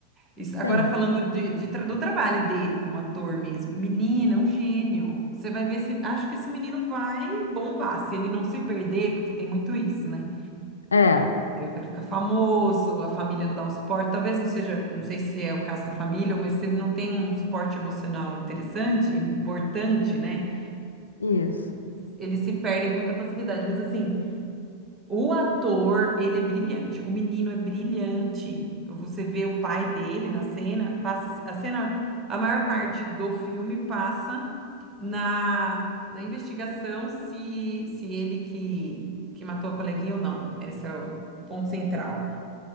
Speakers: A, on the right (about 15°); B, on the left (about 75°).
A: Isso, agora
B: sim.
A: falando de, de tra- do trabalho dele como ator mesmo. Menina, é um gênio. Você vai ver se. Acho que esse menino vai bombar, se ele não se perder, porque tem muito isso, né?
B: É,
A: Eu quero ficar famoso, a família não dá o suporte. Talvez não seja, não sei se é o caso da família, mas se ele não tem um suporte emocional interessante, importante, né?
B: isso.
A: Eles se perdem com muita facilidade. Mas assim. O ator, ele é brilhante. O menino é brilhante. Você vê o pai dele na cena, passa a cena, a maior parte do filme passa na, na investigação se, se ele que, que matou a coleguinha ou não. Esse é o, o ponto central.